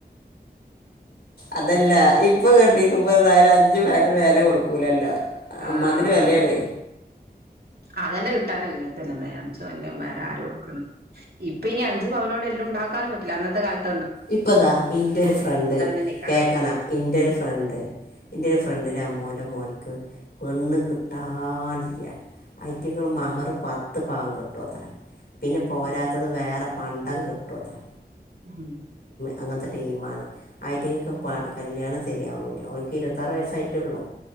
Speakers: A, on the left; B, on the right.
A: അതല്ല ഇപ്പൊ കെട്ടിക്കുമ്പ എന്തായാലും അഞ്ചു പവന്റെ മേലെ കൊടുക്കൂലല്ലോ
B: ആഹ്
A: അമ്മാതിരി വിലയാണ്
B: അതൂ അതന്നെ കിട്ടാനല്ലേത്തന്നെ അന്നേ അഞ്ചവന്റെ മാല ആര് കൊട്ക്ക്ന്ന് ഇപ്പൊ ഇനി അഞ്ച് പവനോണ്ട് എല്ലുണ്ടാക്കാനും പറ്റില്ല അന്നത്തെ കാലത്
A: ഇപ്പ ദാ ഇന്റെ ഒരു ഫ്രണ്ട്
B: തന്നെ ഇക്കാരം
A: കേക്കണാ ഇന്റെ ഒരു ഫ്രണ്ട് ഇന്റെയൊരു ഫ്രണ്ടിന്റെ
B: ഉം
A: അമ്മോന്റെ മോന്ക്ക് പെണ്ണ് കിട്ടാനില്ല. അയിറ്റിങ്ങള് മഹറ്
B: ഉം
A: പത് ത്ത് പവൻ കെട്ടുവത്രെ. പിന്നെ പോരാത്തത്
B: ഉം
A: വേറെ പണ്ടം കെട്ടുവത്രേ
B: ഉം
A: അങ്ങനത്തെ ടീമാണ്. അയിറ്റിങ്ങക്ക് പ
B: ഉം
A: കല്യാണ ശരിയാവുന്നില്ല. ഓനിക്ക് ഇരുപത്താറ് വയസ്സായിട്ടെള്ളൂ.